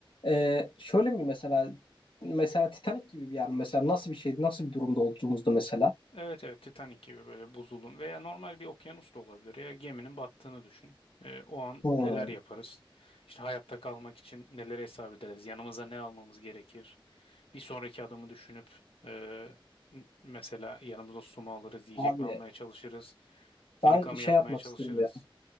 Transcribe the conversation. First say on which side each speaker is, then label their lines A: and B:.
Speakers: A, on the left; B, on the left.
A: E, şöyle mi mesela mesela Titanic gibi bir yer mi? mesela nasıl bir şeydi nasıl bir durumda olduğumuzda mesela.
B: Evet evet Titanic gibi böyle buzulun veya normal bir okyanus da olabilir ya geminin battığını düşün. Ee, o an
A: Hmm.
B: neler yaparız? İşte hayatta kalmak için neleri hesap ederiz? Yanımıza ne almamız gerekir? Bir sonraki adımı düşünüp e, n- mesela yanımıza su mu alırız, yiyecek
A: Abi
B: mi almaya çalışırız, filika
A: ben şey
B: mı yapmaya
A: yapmak
B: çalışırız?
A: istiyorum ya.